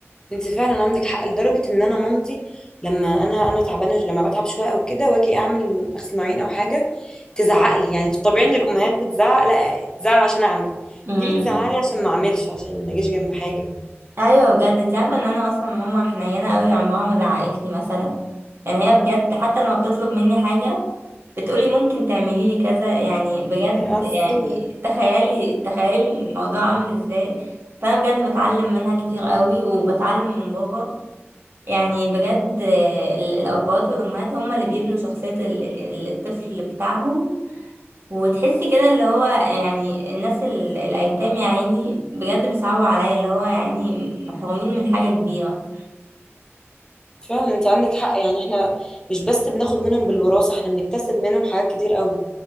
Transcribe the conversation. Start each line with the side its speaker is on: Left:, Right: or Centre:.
Left: انت فعلا عندك حق لدرجه ان انا مامتي لما انا انا تعبانه لما بتعب شويه او كده واجي اعمل غسل مواعين او حاجه تزعق لي يعني في الطبيعي ان الامهات بتزعق لا تزعق عشان اعمل
Right: امم
Left: دي بتزعق لي عشان ما اعملش عشان ما اجيش جنب حاجه
Right: أيوة بجد انت عارفة ان أنا أصلا ماما حنينة أوي عمرها ما زعقتلي مثلا يعني هي بجد حتى لما بتطلب مني حاجة بتقولي ممكن تعملي لي كذا يعني بجد
Left: يا أصيلة
Right: يعني تخيلي تخيلي الموضوع عامل ازاي فانا بجد بتعلم منها كتير قوي وبتعلم من بابا يعني بجد آه، ال- الابات والامهات هم اللي بيبنوا شخصية ال- ال- الطفل بتاعهم وتحسي كده اللي هو يعني الناس ال- الايتام يعني بجد بيصعبوا عليا اللي هو يعني محرومين من حاجة كبيرة
Left: فعلا انت عندك حق يعني احنا مش بس بناخد منهم بالوراثة احنا بنكتسب منهم حاجات كتير قوي